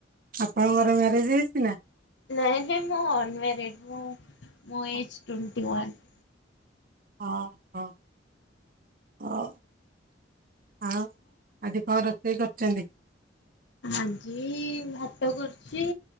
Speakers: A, on the right; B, on the left.
A: ଆପଣଙ୍କର ମ୍ୟାରେଜ ହେଇଛି ନା
B: ନାଇ ନାଇ ମୁଁ ଅନମ୍ୟାରେଡ଼୍ ମୁଁ ମୋ
A: ହଁ
B: ଏଜ୍ ଟ୍ୱେଣ୍ଟି ୱାନ୍
A: ହଁ ହଁ ହଁ ଆଉ ଆଜି କଣ ରୋଷେଇ କରିଚନ୍ତି।
B: ଆଜି ଭାତ କରିଚି